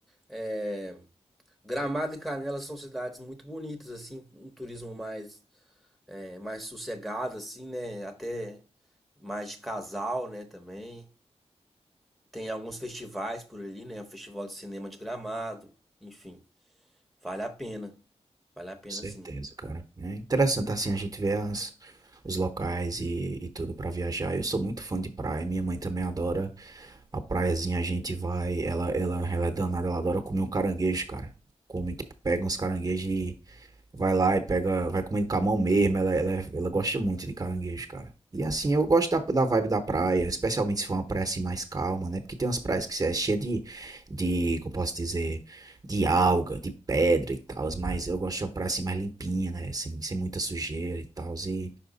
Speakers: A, in the centre; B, on the right.
A: É, Gramado e Canela são cidades muito bonitas, assim, um turismo mais, é, mais sossegado, assim, né? Até mais de casal, né? Também tem alguns festivais por ali, né? O Festival de Cinema de Gramado, enfim, vale a pena, vale a pena
B: certeza,
A: sim.
B: cara. É interessante assim a gente ver as, os locais e, e tudo pra viajar. Eu sou muito fã de praia, minha mãe também adora a praiazinha, a gente vai, ela ela, ela é danada, ela adora comer um caranguejo, cara. Come, tipo, pega uns caranguejos Vai lá e pega, vai comendo com a mão mesmo. Ela, ela, ela gosta muito de caranguejo, cara. E assim, eu gosto da, da vibe da praia, especialmente se for uma praia assim mais calma, né? Porque tem umas praias que é cheia de, de, como posso dizer, de alga, de pedra e tal, mas eu gosto de uma praia assim mais limpinha, né? Sem, sem muita sujeira e tal. E